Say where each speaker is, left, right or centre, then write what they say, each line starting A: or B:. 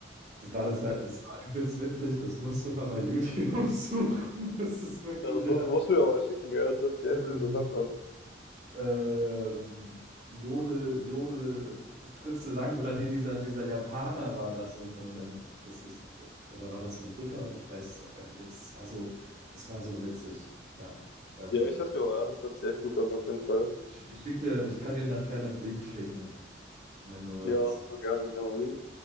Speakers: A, on the right; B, on the left.
A: das war das halt, das war übelst witzig, das musst du mal bei YouTube <laughs> suchen. Das ist wirklich,
B: Das muss,
A: ja,
B: musst du mir mal schicken, ja, das hört sich echt
A: ähm,
B: interessant an.
A: ähm, Jodel, Jodel, Fritze Lang oder nee, dieser, dieser Japaner war das und, und dann, das ist, oder war das so ein Dicker? Ich weiß es auch gar nicht. Es war so, es war so witzig, ja. Ähm,
B: Ja, ich hasse mir an, das hört sich echt gut an, auf jeden Fall.
A: ich, ich schick dir, ich kann dir nachher einen Link schicken, wenn du
B: Ja,
A: willst.
B: super gerne. Ja, Mann.